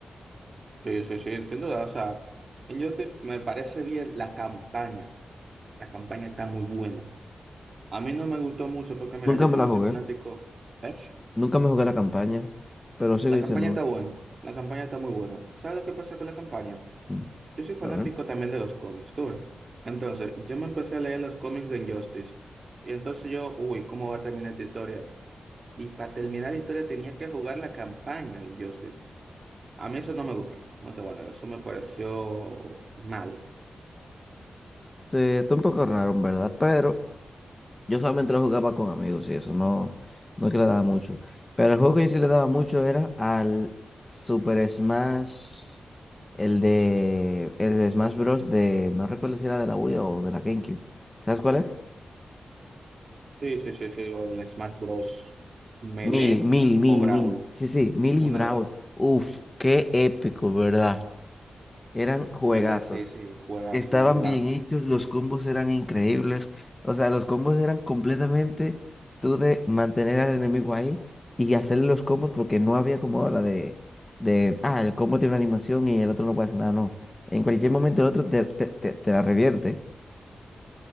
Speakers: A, on the right (about 45°); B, on the left (about 20°).
A: Sí, sí, sí, sin duda. O sea, Injustice me parece bien la campaña. La campaña está muy buena. A mí no me gustó mucho porque, mira,
B: Nunca
A: yo
B: me
A: también
B: la jugué,
A: soy fanático. ¿eh?
B: nunca me jugué la campaña, pero sigo
A: La
B: diciéndome.
A: campaña está buena. La campaña está muy buena. ¿Sabes lo que pasa con la campaña?
B: "Mm,
A: Yo soy fanático
B: A ver,
A: también de los cómics, tú ves. Entonces, yo me empecé a leer los cómics de Injustice. Y entonces yo, uy, ¿cómo va a terminar esta historia? Y para terminar la historia tenía que jugar la campaña de Injustice. A mí eso no me gustó. No te voy a negar, eso me pareció mal.
B: eh, está un poco raro, en verdad, pero yo solamente lo jugaba con amigos y eso, no, no es que le daba mucho. Pero el juego que yo sí le daba mucho era al Super Smash, el de, el de Smash Bros. de, no recuerdo si era de la Wii o de la GameCube. ¿Sabes cuál es?
A: Sí, sí, sí, sí. o El Smash Bros. Melee
B: Mili, Mili, Mili,
A: o Brawl.
B: Mili. Sí, sí, Mili
A: Una
B: y Brawl.
A: de las dos.
B: Uf, qué épico, ¿verdad? Eran juegazos.
A: En verdad, sí, sí, juegas,
B: Estaban
A: la, la.
B: bien hechos, los combos eran increíbles. O sea, los combos eran completamente tú de mantener al enemigo ahí y hacerle los combos porque no había como ahora de, de, ah, el combo tiene una animación y el otro no puede hacer nada, no. En cualquier momento el otro te, te, te, te la revierte.